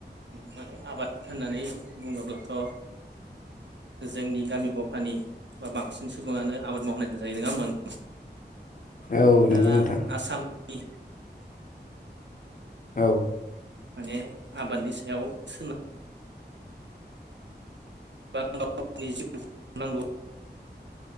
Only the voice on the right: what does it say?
माने आबाद होननानै बुङोब्लाथ' जोंनि गामि गफानि बा बांसिन सुबुङानो आबाद माव जायो नङा होमबानो
दा
आसामनि
माने आबादनि सायाव सोनार <unintelligible> जिउखौ नांगौ